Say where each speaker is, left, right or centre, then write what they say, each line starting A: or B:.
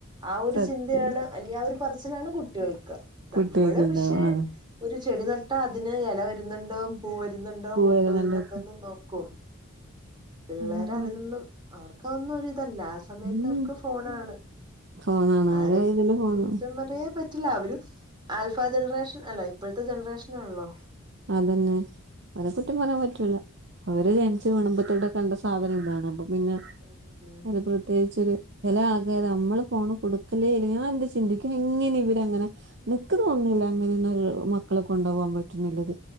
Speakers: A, on the right (about 20°); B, on the right (about 50°).
A: ആ ഒരു
B: സത്യായിട്ട്
A: ചിന്തയാണ് അല്ലെ ആ ഒരു പറച്ചിലാണ് കുട്ടികൾക്ക് നമ്മള്
B: കുട്ടികൾക്കുണ്ടാവും
A: പക്ഷെ
B: ആഹ്
A: ഒരു ചെടി നട്ട അതിന് എല വരുന്നുണ്ടോം പൂ വരുന്നുണ്ടോ മുട്ടു
B: വരുന്നുണ്ടോക്ക്
A: വരുന്നുണ്ടോന്ന് നോക്കും പിള്ളേരതിനൊന്നും
B: ആഹ്
A: അവർക്കതൊന്നും ഒരു ത്തല്ല ആ സമയത്ത്
B: ഉം
A: അവർക്ക് ഫോൺ ആണ്
B: ഫോണാണ്
A: ആരെയും
B: അവരെ ഇതില് ഫോണ്
A: കുറ്റം പെയാൻ പറ്റില്ല അവരും ആൽഫാ ജനറേഷൻ അല്ലേ ഇപ്പഴ്ത്തെ ജനറേഷനാൺലോ
B: അതന്നെ മനസെറ്റും പറ്യാൻ പറ്റൂല അവര് ജൻച്ച് വീണുമ്പത്തോട്ടെ കണ്ട സാധനം താണ് അപ്പൊ പിന്നെ
A: അതന്നെ
B: <unintelligible> ത്യേകിച്ചരു ചില ആൾക നമ്മള് ഫോണ് കൊടുക്കലേല ഞാൻന്ത് ചിന്തിക്യു എങ്ങനെ ഇവര്ങ്ങനെ നിക്ക് തോന്ന്ണില്ല അങ്ങനെന്നൊരാൾ മക്കളെ കൊണ്ടവാൻ പറ്റ്ണില്ലത്